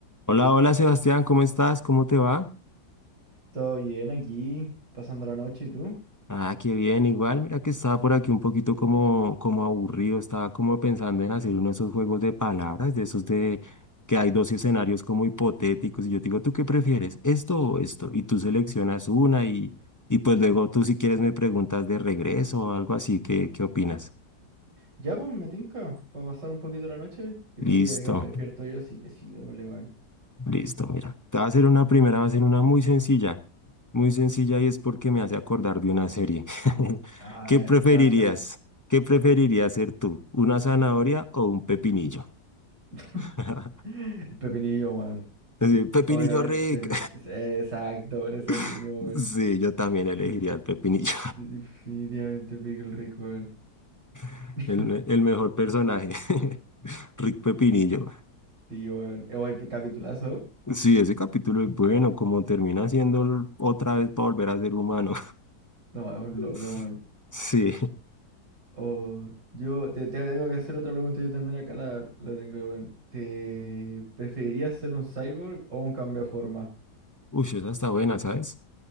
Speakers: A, on the left; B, on the right.
A: Hola, hola Sebastián, ¿cómo estás? ¿Cómo te va?
B: Todo bien aquí, pasando la noche, ¿y tú?
A: Ah, qué bien, igual, mira que estaba por aquí un poquito como, como aburrido, estaba como pensando en hacer uno de esos juegos de palabras, de esos de que hay dos escenarios como hipotéticos y yo te digo, ¿tú qué prefieres? ¿Esto o esto? Y tú seleccionas una y, y pues luego tú si quieres me preguntas de regreso o algo así, ¿qué, qué opinas?
B: Ya, pues, me tinca, para pasar un poquito la noche, que
A: Listo.
B: tengo que quedarme despierto yo, así que sí, démosle, weón.
A: Listo, mira. Te voy a hacer una primera, va a ser una muy sencilla. Muy sencilla y es porque me hace acordar de una serie. <laughs>
B: A
A: ¿Qué
B: ver,
A: preferirías?
B: lánzala.
A: ¿Qué preferirías ser tú? ¿Una zanahoria o un pepinillo?
B: <laughs>
A: <laughs>
B: El Pepinillo, weón.
A: Sí, Pepinillo
B: Obviamente,
A: Rick.
B: sí, exacto, por eso mismo,
A: <laughs>
B: weón.
A: Sí, yo también elegiría
B: De-
A: al Pepinillo,
B: de- definitivamente Pickle Rick, weón.
A: <laughs>
B: <laughs>
A: el, me- el mejor personaje. <laughs> Rick Pepinillo.
B: Tío, weón. Eh, weón, capitulazo.
A: Sí, ese capítulo es bueno, como termina siendo l- otra vez para volver a ser humano.
B: No, es un
A: <laughs>
B: loco, weón.
A: Sí.
B: O yo te, te tengo que hacer otra pregunta, yo también acá la, la tengo. Bueno, ¿te preferirías ser un cyborg o un cambiaforma?
A: Uy, esa está buena, ¿sabes?